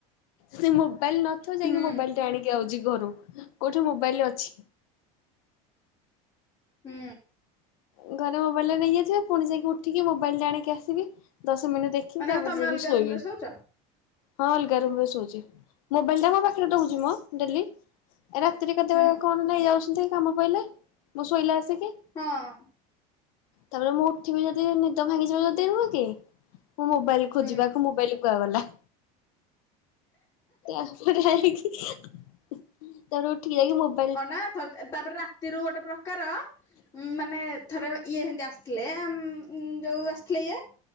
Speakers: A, on the left; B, on the left.
A: ସେ ମୋବାଇଲ ନଥିବ
B: ହୁଁ
A: ଯାଇକି ମୋବାଇଲ ଟେ ଆଣିକି ଆଉଚି ଘରୁ। କୋଉଠି ମୋବାଇଲ ଅଛି।
B: ହୁଁ।
A: ଉଁ ଘରେ ମୋବାଇଲ ରେ ନେଇଯାଇ ଥିବ। ପୁଣି ଯାଇକି ଉଠିକି ମୋବାଇଲ ଟା ଆଣିକି ଆସିବି। ଦଶ ମିନିଟ ଦେଖ ଖିବ
B: ମାନେ
A: ତା
B: ତମେ
A: ପରେ ଯାଇକି
B: ଅଲଗା
A: ଶୋଇବି।
B: ରୁମ ରେ ଶୋଉଛ?
A: ହଁ ଅଲଗା ରୋମ ରେ ଶୋଉଚି। ମୋବାଇଲ ଟା ମୋ ପାଖରେ ଦଉଚି ମ ଡେଲି। ଏ ରାତିରେ କେତେବେଳେ
B: ହୁଁ
A: କଣ ନେଇଯାଉଛନ୍ତି କାମ ପଇଲେ। ମୁଁ ଶୋଇଲେ ଆସିକି।
B: ହଁ।
A: ତାପରେ ମୁଁ ଉଠିବି ଯଦି ନିଦ ଭାଙ୍ଗିଯିବ ଯଦି ନୁହଁ କି। ମୁଁ ମୋବାଇଲ
B: ହୁଁ
A: ଖୋଜିବାକୁ ମୋବାଇଲ କୁଆ ବଲହା। <unintelligible> ତାପରେ ଉଠିକି ଯାଇକି ମୋବ
B: ଅ ନା ଥଲ ଏତ ତାପରେ ରାତିରୁ ଗୋଟେ ପ୍ରକାର। ଉଁ ମାନେ ଥରେ ଇଏ ହେମତି ଆସିଥିଲେ ଆମ ଉଁ ଯୋଉ ଆସିଥିଲେ ଇଏ।